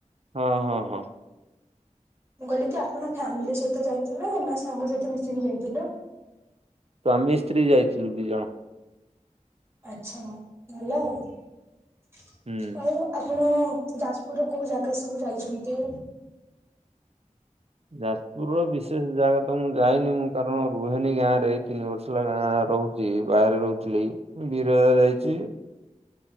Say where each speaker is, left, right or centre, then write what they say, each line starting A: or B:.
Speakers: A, on the right; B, on the right.
A: ହଁ ହଁ ହଁ
B: ମୁଁ କହିଲି କି ଆପଣ ଫ୍ୟାମିଲି ସହିତ ଯାଇଥିଲେ ନା ସାଙ୍ଗସାଥୀ ମିଶିକି ଯାଇଥିଲ?
A: ସ୍ୱାମୀ ସ୍ତ୍ରୀ ଯାଇଥିଲୁ ଦି ଜଣ।
B: ଆଚ୍ଛା ଭଲ ଆଉ
A: ହୁଁ।
B: ଆଉ ଆପଣ ଯାଜପୁରର କୋଉ ଜାଗା ସବୁ ଯାଇଚନ୍ତି?
A: ଯାଜପୁରର ବିଶେଷ ଜାଗା ତ ମୁଁ ଯାଇନି ମୁଁ କାରଣ ରୁହେନି ଗାଁରେ ଏଇ ତିନି ବର୍ଷ ହେଲା ଗାଁ ରହୁଚି ଗାଁରେ ବାହାରେ ରହୁଥିଲି। ମୁଁ ବିରଜା ଯାଇଚି।